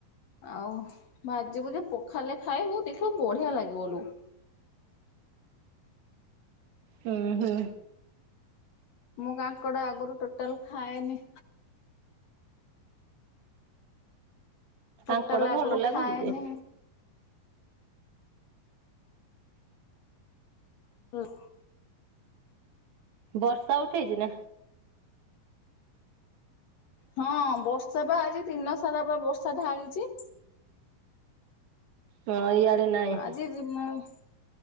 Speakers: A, on the left (about 60°); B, on the right (about 80°).
A: ଆଉ ଭାଜିବୁ ଯେ ପଖାଳରେ ଖାଇବୁ ଦେଖିବୁ ବଢ଼ିଆ ଲାଗିବ ଲୋ।
B: ହୁଁ ହୁଁ।
A: ମୁଁ କାଙ୍କଡ଼ ଆଗୁରୁ ଟୋଟାଲ୍ ଖାଏନି। ଟୋଟାଲ
B: କାଙ୍କଡ଼ ଭଲ
A: ଆଗରୁ
B: ଲାଗୁଚି
A: ଖାଏନି।
B: ଯେ
A: <unintelligible>
B: ବର୍ଷା ଉଠେଇଛି ନା?
A: ହଁ ବର୍ଷା ପା ଆଜି ଦିନ ସାରା ପା ବର୍ଷା ଢାଳିଚି।
B: ହଁ ଇଆଡେ ନାଇଁ।
A: <inaudible>